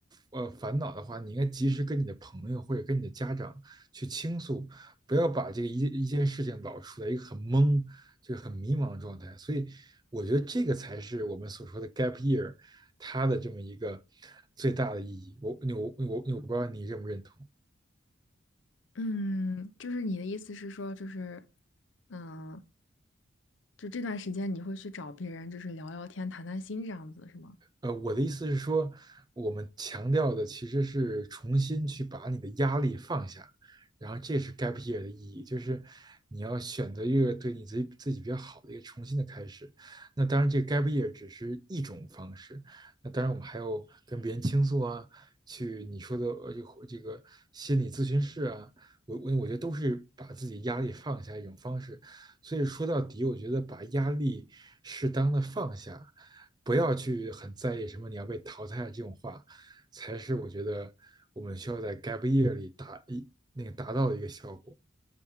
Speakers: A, on the right; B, on the left.
A: 呃烦恼的话，你应该及时跟你的朋友或者跟你的家长。去倾诉，不要把这个一一件事情老处在一个很懵、就是很迷茫的状态。所以，我觉得这个才是我们所说的 gap year 它的这么一个最大的意义。我我我我不知道你认不认同。
B: 嗯，就是你的意思是说，就是，嗯，就这段时间你会去找别人，就是聊聊天、谈谈心这样子，是吗？
A: 呃，我的意思是说，我们强调的其实是重新去把你的压力放下，然后这是 gap year 的意义，就是你要选择一个对你自己自己比较好的一个重新的开始。那当然，这个 gap year 只是一种方式。那当然，我们还有跟别人倾诉啊，去你说的呃这个这个心理咨询室啊，我我我觉得都是把自己压力放下一种方式。所以说到底，我觉得把压力适当的放下。不要去很在意什么你要被淘汰这种话，才是我觉得我们需要在 gap year 里达一那个达到的一个效果。